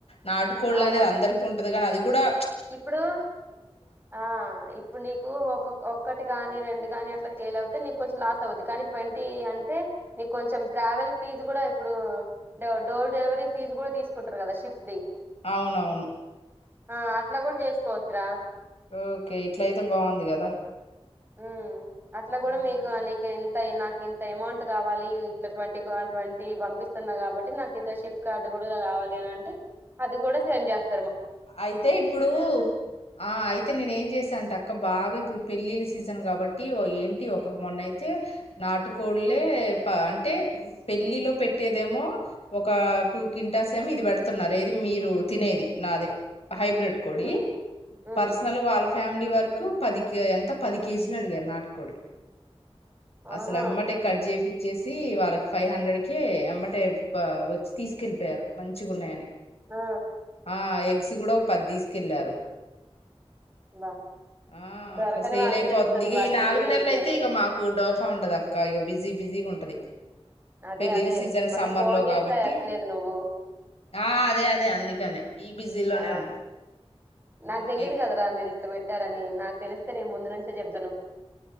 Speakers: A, on the left (about 70°); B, on the right (about 20°).
A: నాటుకోళ్లు
B: అవును
A: అనేది అందరికి ఉంటు ఉంటది కానీ అది గుడా
B: ఇప్పుడు ఆ ఇప్పుడు నీకు ఒకోక ఒ ఒకటి గాని రెండు గాని అట్లా సేల్ అవుతే నీకు కొంచెం లాస్ అవద్ది కానీ ట్వంటీ అంటే నీకు కొంచెం ట్రావెల్ ఫీజు కూడా ఇప్పుడు డోర్ డెలివరీ ఫీజు కూడా తీసుకుంటారు కదా షిప్ ది
A: అవునవును
B: ఆ అట్ల కూడా చేసుకోవచ్చురా
A: ఓకే ఇట్లా అయితే బాగుంది కదా
B: ఉ అట్లా కూడా
A: ఉమ్.
B: మీకు అ నీకు ఎంతయి నా ఇంత ఎమౌంట్ కావాలి ఇట్ల ట్వంటీ ట్వంటీ పంపిస్తున్నా కాబట్టి నాకింత షిప్ కార్డు కూడా కావాలి అని అంటే అది కూడా సెండ్ చేస్త
A: అయితే ఇప్పుడు ఆ అయితే నేను ఏం చేశాంట అక్క బాగా ఇప్పుడు పెళ్ళిళ సీజన్ కాబట్టి ఏంటి ఒక మొన్నయితే నాటుకోళ్లే ప అంటే పెళ్ళిలో పెట్టేదేమో ఒక టూ కింటాస్ ఏమో ఇది పెడుతున్నారు ఏది మీరు తినేది నాది హైబ్రిడ్ కోడి
B: ఉమ్ ఉమ్
A: పర్సనల్ వాళ్ళ ఫ్యామిలీ వరకు కు పది కే ఎంత పది కేజీలు అడిగారు నాటుకోడి
B: ఆహా
A: అసలు ఎమ్మటే కట్ చేపిచ్చేసి వాళ్ళకి ఫైవ్ హండ్రెడ్కి ఎమ్మటె ప వచ్చి తీసుకెళ్ళిపోయారు మంచిగా ఉన్నాయని
B: ఆ
A: ఆ ఎగ్ ఎక్స్ కూడా ఒక పది తీసుకెళ్లారు
B: బా
A: ఆ
B: దొరకని
A: అట్లా సేల్
B: వాళ్ళకి
A: అయిపోతుంది
B: తెలుస్తది వాటి
A: ఈ నాలుగు
B: విలువ
A: నెలల
B: ఏంటి
A: అయితే
B: అనేది
A: ఇగా మాకు డోకా ఉండదు అక్క ఇగా బిజీ బిజీగా ఉంటది
B: అదే
A: పెళ్ళిళ్ళ
B: అదే
A: సీజన్
B: మొన్న
A: సమ్మర్
B: ఫోన్
A: లో
B: చేసా
A: కాబట్టి
B: ఎత్తలేదు నువ్వు
A: ఆ అదే అదే అందుకనే ఈ లోనే
B: ఆ
A: ఉన్నా
B: నాకు
A: ఆ
B: తెలీదు
A: ఎగ్
B: కదరా మీరి ఇట్ల పెట్ట అని నాకు తెలిస్తే నేను ముందు నుంచే చెప్తాను